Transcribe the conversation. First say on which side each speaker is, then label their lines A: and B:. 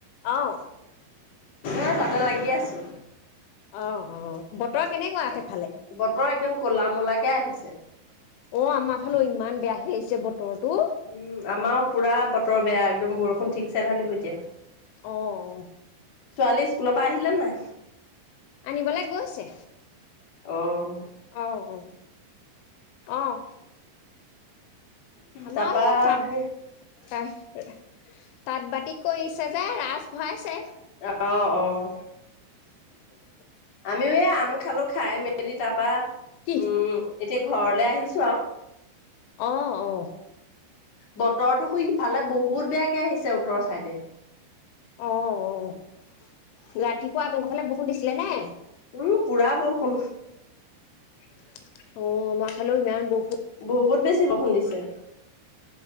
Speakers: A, on the left; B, on the left.
A: আও,
B: এইতাতে লাগি আছো।
A: অহ -অহ বতৰ কেনেকুৱা সেইফ
B: বতৰ একদম কলা মুলাকে আহিছে।
A: অহ, আমাৰ ফালেও ইমান বেয়া হৈ আহিছে বত তৰটো।
B: উম আমাৰ পুৰা বতৰ বেয়া একদম বৰষুণ ঠিকছে ধালিব এতিয়া।
A: অহ,
B: ছোৱালী স্কুলৰ পা আহিলে নাই?
A: আনিবলৈ গৈছে।
B: অহ,
A: অহ -অহ- অহ আমাৰ
B: তাৰপা
A: হেই তাদ
B: সেই
A: <unintelligible> তাত বাতি কৰিছে যে ৰাজ ভৰাইছে?
B: আহ <unintelligible>
A: <inaudible>
B: আমিও এই আম খালো খাই মেলি তাৰপা
A: কি
B: উম এতিয়া ঘৰলে আহিছো আৰু।
A: অহ -অহ
B: বতৰটো খুই ইফালে বহুত বেয়াকে আহিছে উত্তৰ চাইডে।
A: অহ -অহ ৰাতিপুৱা আপোনালোকৰ ফালে বৰষুণ দিছিলে নে?
B: উম, পুৰা বৰষুণ।
A: অহ, আমাৰ ফালেও ইমান বৰষ
B: বহুত বেছি বৰষুণ দিছে।